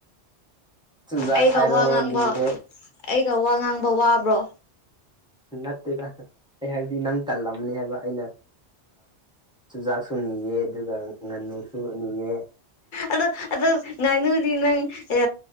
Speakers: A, in the centre; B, on the left.
A: ꯆꯨꯖꯥꯛ
B: ꯑꯩꯒ
A: ꯍꯥꯏꯔꯣ
B: ꯋꯥ ꯉꯥꯡꯕ
A: ꯅꯤꯔꯦ
B: ꯑꯩꯒ ꯋꯥ ꯉꯥꯡꯕ ꯋꯥꯕ꯭ꯔꯣ
A: ꯅꯠꯇꯦꯗ ꯑꯩ ꯍꯥꯏꯕꯗꯤ ꯅꯪ ꯇꯜꯂꯝꯅꯤ ꯍꯥꯏꯕ ꯑꯩꯅ ꯆꯨꯖꯥꯛꯁꯨ ꯅꯤꯑꯦ ꯑꯗꯨꯒ ꯉꯥꯅꯨꯁꯨ ꯅꯤꯑꯦ
B: ꯑꯗꯣ ꯑꯗꯣ ꯉꯥꯏꯅꯨꯗꯤ ꯅꯪ ꯑ